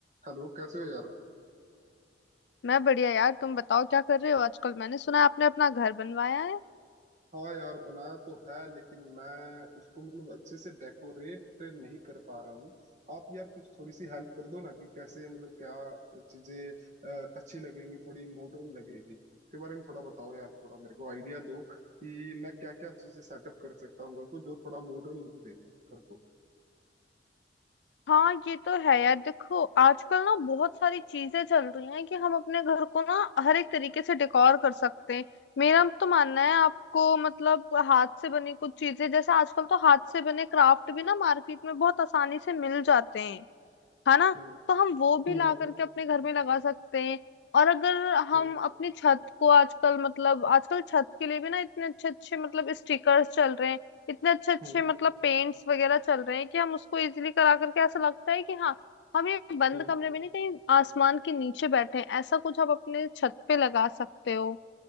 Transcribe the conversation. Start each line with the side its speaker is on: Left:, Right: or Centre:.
Right: Hello कैसे हो यार
Left: मैं बढ़िया यार तुम बताओ क्या कर रहे हो आजकल मैंने सुना है आपने अपना घर बनवाया है
Right: हाँ यार बनाया तो है लेकिन मैं उसको मतलब अच्छे से डेकोरेट नहीं कर पा रहा हूँ आप यार कुछ थोड़ी सी हेल्प कर दो ना कि कैसे मतलब क्या चीजें अ, अच्छी लगेंगी थोड़ी मॉडर्न लगेगी के बारे में थोड़ा बताओ यार थोड़ा मेरे को आइडिया दो कि मैं क्या क्या चीजें सेटअप कर सकता हूँ घर को जो थोड़ा मॉडर्न लुक दे घर को
Left: हाँ ये तो है यार देखो आजकल ना बहुत सारी चीजें चल रही हैं कि हम अपने घर को ना हर एक तरीके से डेकोर कर सकते हैं मेरा तो मानना है आपको मतलब हाथ से बनी कुछ चीजें जैसे आजकल तो हाथ से बने क्राफ्ट भी ना मार्केट में बहुत आसानी से मिल जाते हैं है ना
Right: हम्म
Left: तो हम वो भी
Right: हम्म
Left: ला
Right: हम्म
Left: करके अपने घर में लगा सकते हैं और अगर हम
Right: हम्म
Left: अपनी छत को आजकल मतलब आजकल छत के लिए भी ना इतने अच्छे अच्छे मतलब स्टिकर्स चल रहे हैं इतने अच्छे अच्छे
Right: हम्म
Left: मतलब पेंट्स वगैरह चल रहे हैं कि हम उसको इजीली करा करके ऐसा लगता है कि हाँ हम ये बंद
Right: हम्म।
Left: कमरे में नहीं कहीं आसमान के नीचे बैठे हैं ऐसा कुछ आप अपने छत पे लगा सकते हो